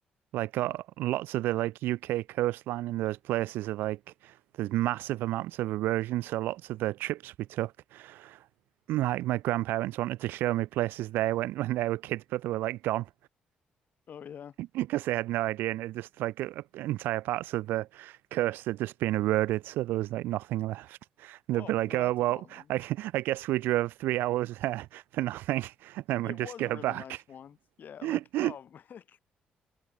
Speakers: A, on the right; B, on the left.
A: like uh,
B: Hmm.
A: lots of the like UK coastline in those places are like there's massive amounts of erosion. So lots of the trips we took, like my grandparents wanted to show me places they went <laughs> when they were kids, but they were like gone.
B: Oh yeah.
A: because they had no idea, and it just like uh, entire parts of the coast had just been eroded, so there was like nothing left. And
B: Oh,
A: they'd be like,
B: well,
A: "Oh
B: that's
A: well,
B: a bummer.
A: I, <laughs> I guess we drove three hours there <laughs> for nothing, and then
B: It
A: we'd just
B: was
A: go
B: really
A: back."
B: nice once. Yeah,
A: <laughs>
B: like oh, <laughs>